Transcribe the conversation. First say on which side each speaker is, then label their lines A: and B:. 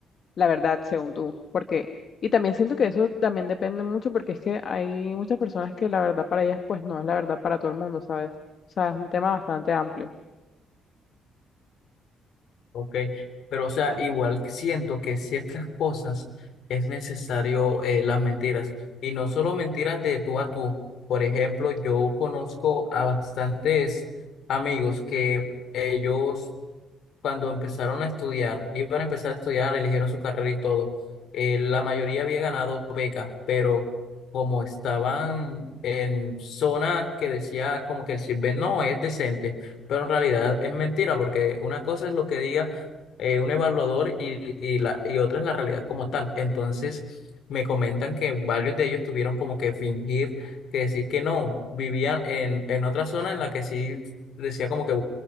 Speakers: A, on the left; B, on the left.
A: la verdad, según tú, porque, y también siento que eso también depende mucho porque es que hay muchas personas que la verdad para ellas pues no es la verdad para todo el mundo, ¿sabes? O sea, es un tema bastante amplio.
B: Ok. Pero, o sea, igual siento que ciertas cosas es necesario eh, las mentiras. Y no solo mentiras de tú a tú. Por ejemplo, yo conozco a bastantes amigos que ellos cuando empezaron a estudiar, iban a empezar a estudiar, eligieron su carrera y todo, eh, la mayoría había ganado beca, pero como estaban en zona que decía como que el CISBEN no es decente, pero en realidad es mentira, porque una cosa es lo que diga eh, un evaluador y, y, la, y otra es la realidad como tal. Entonces, me comentan que varios de ellos tuvieron como que fingir, que decir que no, vivían en, en otra zona en la que sí decía como que